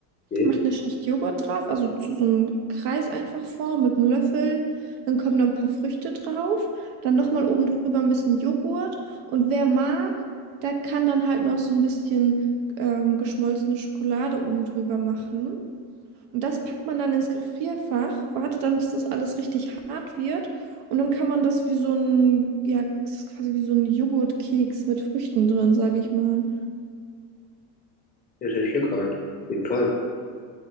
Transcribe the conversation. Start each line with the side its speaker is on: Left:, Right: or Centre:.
Left: okay.
Right: macht eine Schicht Joghurt drauf, also zu so einem Kreis einfach formen mit einem Löffel. Dann kommen da ein paar Früchte drauf, dann nochmal oben drüber ein bisschen Joghurt. Und wer mag, der kann dann halt noch so ein bisschen ähm, geschmolzene Schokolade oben drüber machen. Und das packt man dann ins Gefrierfach, wartet dann, bis das alles richtig hart wird. Und dann kann man das wie so ein, ja, es ist quasi wie so ein Joghurtkeks mit Früchten drin, sage ich mal.
Left: Das hört sich lecker an, auf jeden Fall.